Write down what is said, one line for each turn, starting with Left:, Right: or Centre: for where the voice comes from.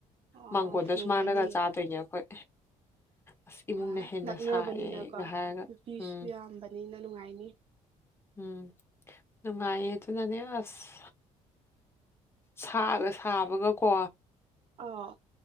Right: ꯑꯣ
Left: ꯃꯥꯡꯒꯣꯟꯗ
Right: ꯅꯨꯡꯉꯥꯏꯅꯤꯌꯦ
Left: ꯁꯨꯃꯥꯡꯗꯒ ꯆꯥꯗꯣꯏꯅꯦ ꯑꯩꯈꯣꯏ ꯑꯁ ꯏꯃꯨꯡꯅ
Right: ꯍꯣꯏ
Left: ꯍꯦꯟꯅ
Right: ꯅꯛꯅꯥꯕꯅꯤꯅꯀꯣ
Left: ꯁꯥꯏꯌꯦꯒ ꯍꯥꯏꯔꯒ
Right: ꯅꯨꯄꯤꯁꯨ
Left: ꯎꯝ
Right: ꯌꯥꯝꯕꯅꯤꯅ ꯅꯨꯡꯉꯥꯏꯅꯤ
Left: ꯎꯝ ꯅꯨꯡꯉꯥꯏꯌꯦ ꯑꯗꯨꯅꯅꯦ ꯑꯁ ꯁꯥꯒ ꯁꯥꯕꯒꯀꯣ
Right: ꯑꯥ